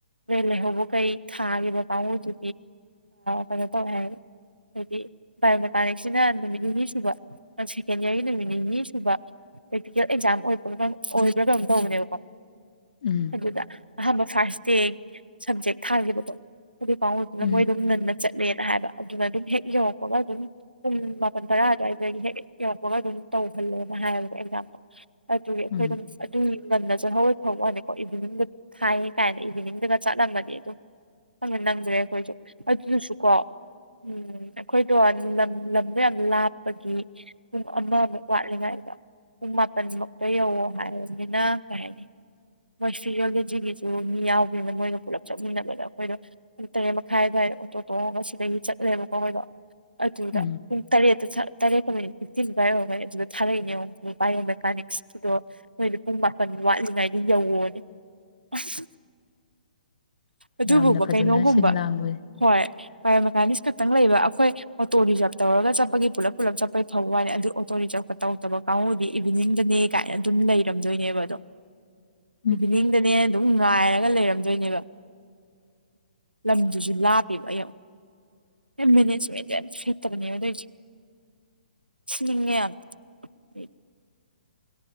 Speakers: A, on the right (about 85°); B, on the left (about 50°).
A: ꯂꯩꯍꯧꯕꯈꯩ ꯊꯥꯈꯤꯕ ꯀꯥꯡꯕꯨꯗꯨꯗꯤ ꯀꯩꯅꯣ ꯇꯧꯋꯦ ꯍꯥꯏꯌꯦꯕ ꯕꯥꯏꯑꯣꯃꯦꯀꯥꯅꯤꯛꯁꯤꯅ ꯅꯨꯃꯤꯠ ꯅꯤꯅꯤ ꯁꯨꯕ ꯅ ꯁꯦꯀꯦꯟ ꯏꯌꯥꯔꯒꯤ ꯅꯨꯃꯤꯠ ꯅꯤꯅꯤꯅꯤ ꯁꯨꯕ ꯄ꯭ꯔꯦꯛꯇꯤꯀꯦꯜ ꯑꯦꯛꯖꯥꯝ ꯑꯣꯏꯕ ꯑꯣꯏꯕ꯭ꯔꯥ ꯀꯩꯅꯝ ꯇꯧꯕꯅꯦꯕꯀꯣ
B: ꯎꯝ
A: ꯑꯗꯨꯗ ꯑꯍꯥꯟꯕ ꯐꯔꯁꯇ꯭ ꯗꯦ꯫ ꯁꯞꯖꯦꯛ ꯊꯥꯈꯤꯕ ꯑꯗꯨꯗꯤ ꯄꯥꯎꯉꯗꯨꯅ
B: ꯎꯝ
A: ꯃꯣꯏ ꯑꯗꯨꯝ ꯉꯟꯅ ꯆꯠꯂꯦꯅ ꯍꯥꯏꯕ ꯑꯗꯨꯅ ꯑꯗꯨꯝ ꯍꯦꯛ ꯌꯧꯔꯛꯄꯒ ꯑꯗꯨꯝꯝ ꯄꯨꯡ ꯃꯄꯥꯟ ꯇꯔꯥ ꯑꯗꯨꯋꯥꯏꯗꯒꯤ ꯍꯦꯛ ꯌꯧꯔꯛꯄꯒ ꯑꯗꯨꯝ ꯇꯧꯍꯜꯂꯦꯅ ꯍꯥꯏꯌꯦꯕ ꯑꯦꯛꯖꯥꯝꯗꯨ ꯑꯗꯨꯒꯤ ꯑꯩꯈꯣꯏ
B: ꯎꯝ
A: ꯑꯗꯨꯝ ꯑꯗꯨꯒꯤ ꯉꯟꯅ ꯆꯠꯍꯧꯕꯩ ꯐꯥꯎ ꯋꯥꯅꯤꯀꯣ ꯏꯚꯤꯅꯤꯡꯗ ꯊꯥꯏꯌꯦ ꯀꯥꯏꯅ ꯏꯚꯤꯅꯤꯡꯗꯒ ꯆꯠꯂꯝꯃꯗꯤ ꯑꯗꯨꯝ ꯅꯪꯗ꯭ꯔꯦ ꯑꯩꯈꯣꯏꯁꯨ ꯑꯗꯨꯗꯨꯁꯨꯀꯣ ꯎꯝ ꯑꯩꯈꯣꯏꯗꯣ ꯂꯝ ꯂꯝ ꯑꯗꯣ ꯌꯥꯝ ꯂꯥꯞꯄꯒꯤ ꯄꯨꯡ ꯑꯃꯃꯨꯛ ꯋꯥꯠꯂꯤꯉꯩꯗ ꯄꯨꯡ ꯃꯥꯄꯟꯃꯛꯇ ꯌꯧꯋꯣ ꯍꯥꯏꯔꯕꯅꯤꯅ ꯀꯩ ꯍꯥꯏꯅꯤ ꯃꯣꯏ ꯐꯤꯖꯌꯣꯂꯣꯖꯤꯒꯤꯁꯨ ꯃꯤ ꯌꯥꯎꯗꯅ ꯃꯣꯏꯒ ꯄꯨꯂꯞ ꯆꯠꯃꯤꯟꯅꯕꯗ ꯑꯩꯈꯣꯏꯗꯣ ꯄꯨꯡ ꯇꯔꯦꯠ ꯃꯈꯥꯏꯋꯥꯏ ꯑꯣꯇꯣ ꯇꯣꯡꯉꯒ ꯁꯤꯗꯒꯤ ꯆꯠꯂꯦꯕꯀꯣ ꯑꯈꯣꯏꯗꯣ ꯑꯗꯨꯗ
B: ꯎꯝ
A: ꯇꯔꯦꯠꯇ ꯁꯠ ꯇꯔꯦꯠꯀ ꯃꯤꯅꯤꯠ ꯐꯤꯐꯇꯤꯟ ꯑꯗꯨꯋꯥꯢ ꯑꯣꯢꯔꯝꯒꯅꯤ ꯑꯗꯨꯗ ꯊꯥꯔꯛꯏꯅꯦꯕ ꯄꯥꯏꯔꯣ ꯃꯦꯀꯥꯅꯤꯁꯨꯗꯣ ꯅꯣꯏꯅ ꯄꯨꯡ ꯃꯥꯄꯟ ꯋꯥꯠꯂꯤꯉꯥꯏ ꯌꯧꯑꯣꯅꯦ ꯑꯁ ꯑꯗꯨꯕꯨꯕ
B: ꯌꯥꯝꯅ ꯐꯖꯅ
A: ꯀꯩꯅꯣꯒꯨꯝꯕ
B: ꯁꯤꯟ ꯂꯥꯡꯕꯁꯦ
A: ꯍꯣꯏ ꯕꯥꯥꯏꯌꯣ ꯃꯦꯀꯥꯅꯤꯛꯁ ꯈꯛꯇꯪ ꯂꯩꯕ ꯈꯣꯏ ꯑꯣꯇꯣ ꯔꯤꯖꯥꯕ ꯇꯧꯔꯒ ꯆꯠꯄꯒꯤ ꯄꯨꯂꯞ ꯄꯨꯂꯞ ꯆꯠꯄꯩ ꯐꯕꯩ ꯋꯥꯅꯦ ꯑꯗꯨ ꯑꯣꯇꯣ ꯔꯤꯖꯥꯕ ꯀꯥꯡ ꯇꯧꯗꯕ ꯀꯥꯡꯕꯨꯗꯤ ꯏꯚꯤꯅꯤꯡꯗꯅꯦ ꯀꯥꯏꯅ ꯑꯗꯨꯝ ꯂꯩꯔꯝꯗꯣꯏꯅꯦꯕ ꯑꯗꯣ
B: ꯎꯝ
A: ꯏꯚꯤꯅꯤꯡꯗꯅꯦ ꯑꯗꯨꯝ ꯉꯥꯏꯔꯒ ꯂꯩꯔꯝꯗꯣꯏꯅꯦꯕ ꯂꯝꯗꯨꯁꯨ ꯂꯥꯞꯄꯦꯕ ꯑꯩ ꯑꯃ ꯃꯦꯅꯦꯖꯃꯦꯟꯗ ꯌꯥꯝ ꯐ ꯑꯗꯨꯅꯦꯕ ꯇꯧꯢꯁꯤ ꯁꯤ ꯅꯤꯡꯉꯦ ꯌꯥꯝ ꯑꯩ